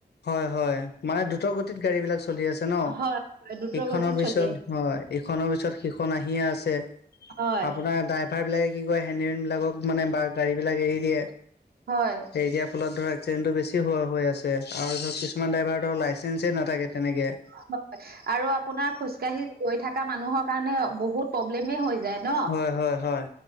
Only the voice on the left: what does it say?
হয় হয় মানে দ্ৰুত গতিত গাড়ী বিলাক চলি আছে ন
ইখনৰ
পিছত
হয় ইখনৰ পিছত সিখন আহিয়ে আছে
আপোনাৰ ডাইভাৰ বিলাকে কি কৰে হেন্দিমেন বিলাকক মানে বা গাড়ী বিলাক এৰি দিয়ে
এৰি দিয়া ফলত ধৰক এক্সিডেণ্টটো বেছি হৈ আছে আৰু ধৰক কিছুমান ড্ৰাইভাৰ ধৰক লাইচেন্ঞ্চে নাথাকে তেনেকে
হয় হয় হয়